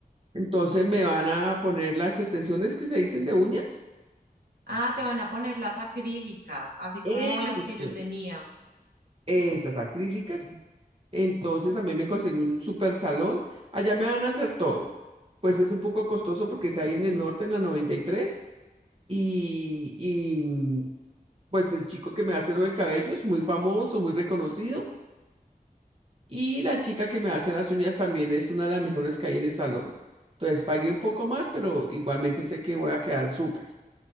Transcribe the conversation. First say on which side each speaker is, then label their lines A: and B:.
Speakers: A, on the right; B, on the right.
A: Entonces me van a poner las extensiones que se dicen de uñas.
B: Ah, te van a poner las acrílicas, así
A: Eso,
B: como las que yo tenía.
A: esas acrílicas. Entonces también me conseguí un super salón. Allá me van a hacer todo. Pues es un poco costoso porque es ahí en el norte, en la 93. Y, tres. y y mm, pues el chico que me hace lo del cabello es muy famoso, muy reconocido. Y la chica que me hace las uñas también es una de las mejores que hay en el salón. Entonces pagué un poco más, pero igualmente sé que voy a quedar súper.